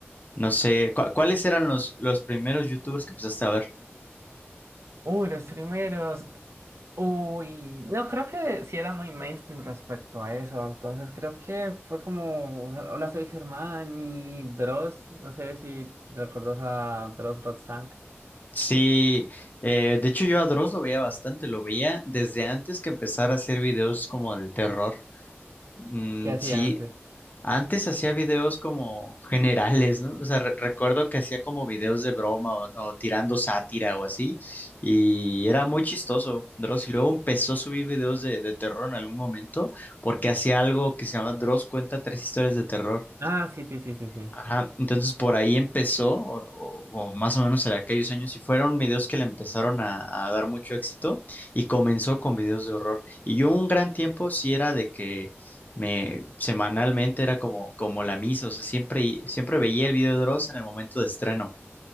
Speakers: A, on the left; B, on the right.
A: No sé, ¿cu- ¿cuáles eran los, los primeros youtubers que empezaste a ver?
B: Uy, los primeros. Uy, no creo que sí era muy mainstream respecto a eso, entonces creo que fue como, hola soy Germán y Dross, no sé si recuerdas a Dross Rotzank,
A: Sí, eh, de hecho yo a Dross lo veía bastante, lo veía desde antes que empezara a hacer videos como de terror. Mm,
B: ¿qué hacía
A: sí,
B: antes?
A: antes hacía videos como generales, ¿no? O sea, re- recuerdo que hacía como videos de broma o, o tirando sátira o así, y era muy chistoso, Dross. Y luego empezó a subir videos de, de terror en algún momento, porque hacía algo que se llama Dross cuenta tres historias de terror.
B: Ah, sí, sí, sí, sí, sí.
A: Ajá, entonces por ahí empezó, o, o- o más o menos en aquellos años, y fueron videos que le empezaron a, a dar mucho éxito y comenzó con videos de horror. Y yo un gran tiempo sí era de que me semanalmente era como, como la misa, o sea, siempre, siempre veía el video de Dross en el momento de estreno.